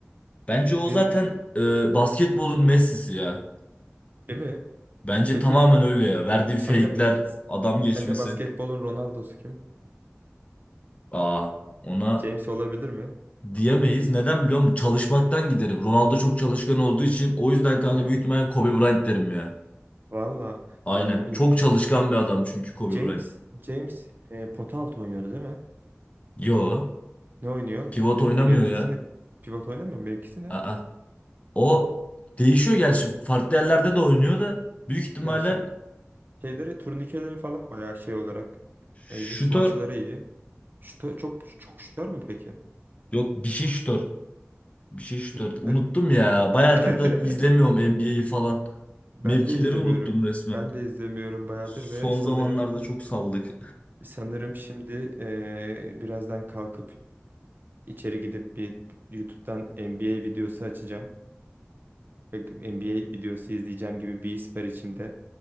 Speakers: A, on the left; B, on the right.
A: Bence o
B: Bir-
A: zaten
B: bir-
A: e, basketbolun Messi'si ya.
B: Değil mi?
A: Bence
B: Peki
A: tamamen öyle ya. Verdiği fake'ler,
B: sence
A: adam geçmesi.
B: sence basketbolun Ronaldo'su kim?
A: Aa, ona
B: James olabilir mi?
A: diyemeyiz. Neden biliyor musun? Çalışmaktan giderim. Ronaldo çok çalışkan olduğu için o yüzden kanka
B: He,
A: büyük ihtimalle Kobe Bryant derim ya.
B: valla
A: Aynen.
B: ya ne bileyim
A: Çok çalışkan bir adam çünkü Kobe
B: James
A: Bryant.
B: James e, pota altı oynuyordu değil mi?
A: Yo.
B: Ne oynuyor?
A: Pivot oynamıyor
B: Mevkisi
A: ya.
B: ne? Pivot oynamıyor mu? Mevkisi ne?
A: Aa. O değişiyor gerçi. Farklı yerlerde de oynuyor da büyük ihtimalle
B: Ya sen şeyleri turnikeleri falan bayağı şey olarak
A: şutör.
B: e, iyi. Smaçları iyi. Şuta, çok çok şutör mü peki?
A: Yok bir şey şutör. Bir şey şutör.
B: Ne şutör?
A: Unuttum ya. Bayağıdır
B: <laughs>
A: da izlemiyorum NBA'yi falan.
B: Ben
A: Mevkileri
B: de izlemiyorum.
A: unuttum resmen.
B: Ben de izlemiyorum bayağıdır
A: Son
B: ve sanırım
A: zamanlarda çok saldık.
B: sanırım şimdi eee, birazdan kalkıp içeri gidip bir YouTube'dan NBA videosu açacağım ve NBA videosu izleyeceğim gibi bir his var içimde.